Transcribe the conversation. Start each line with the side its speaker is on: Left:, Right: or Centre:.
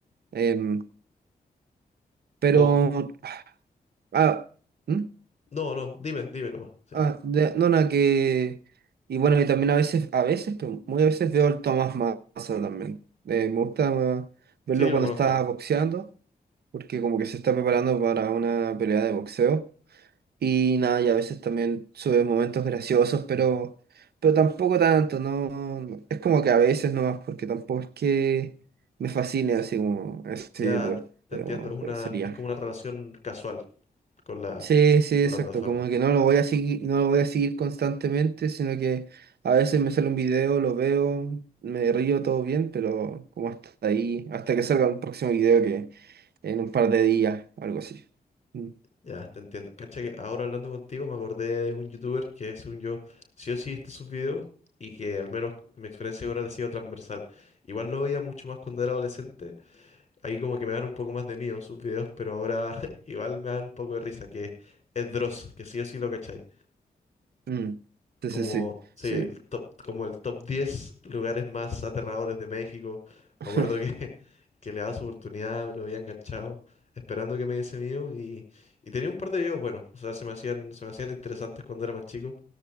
Right: Em, pero,
Left: Oh,
Right: ah, ¿hmm?
Left: no, no, dime, dime nomás. Sí,
Right: Ah, de- no, nada, que. Y bueno, y también a veces, a veces, pero muy a veces veo al Tomás Massa también. Eh, me gusta verlo
Left: sí, lo
Right: cuando
Left: conozco.
Right: está boxeando. porque como que se está preparando para una pelea de boxeo. Y nada, y a veces también sube momentos graciosos, pero, pero tampoco tanto, no, no- Es como que a veces nomás, porque tampoco es que me fascine así como ese
Left: Ya
Right: youtuber,
Left: te te
Right: pero,
Left: entiendo, es una,
Right: pero sería.
Left: es como una relación casual. con la,
Right: Sí, sí,
Left: con
Right: exacto,
Left: la plataforma.
Right: como que no lo voy a seguir, no lo voy a seguir constantemente, sino que a veces me sale un video, lo veo, me río todo bien, pero como hasta ahí, hasta que salga un próximo video que en un par de días, algo así. Mm.
Left: Ya, te entiendo. Cacha que ahora hablando contigo me acordé de un youtuber que según yo sí o sí está sus videos y que al menos mi experiencia con él ha sido transversal. Igual lo veía mucho más cuando era adolescente. Ahí como que me dan un poco más de miedo sus videos, pero ahora <laughs> igual me dan un poco de risa, que es Dross, que sí o sí lo cachai.
Right: Mm, Sí,
Left: como,
Right: sí, sí,
Left: sí,
Right: sí.
Left: el top, como el top 10 lugares más aterradores de México. Me
Right: <laughs>
Left: acuerdo que, <laughs> que le daba su oportunidad, me lo había enganchado, esperando que me diese mío y, y tenía un par de videos buenos, o sea, se me hacían, se me hacían interesantes cuando era más chico.